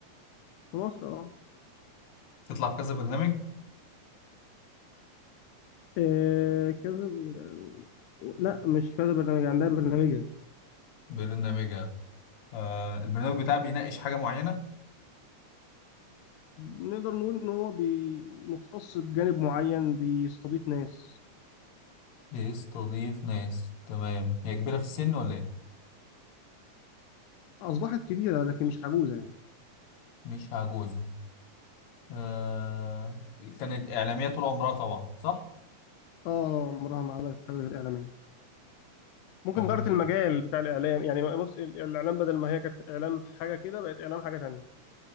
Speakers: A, on the left; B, on the left.
A: في مصر اه
B: تطلع في كذا برنامج؟
A: إيه كذا بي- لا مش كذا برنامج عندها برنامجها
B: برنامجها آه البرنامج بتاعها بيناقش حاجة معينة؟
A: نقدر نقول ان هو بي- مختص بجانب معين بيستضيف ناس
B: بيستضيف ناس تمام هي كبيرة في السن ولا إيه؟
A: اصبحت كبيره لكن مش عجوزه يعني
B: مش عجوزة آه كانت إعلامية طول عمرها طبعا صح؟
A: اه عمرها ما عملت حاجه غير اعلاميه ممكن
B: تمام
A: غيرت المجال بتاع الاعلام يعني بص، الاعلام بدل ما هي كانت اعلام حاجه كده بقت اعلام حاجه تانية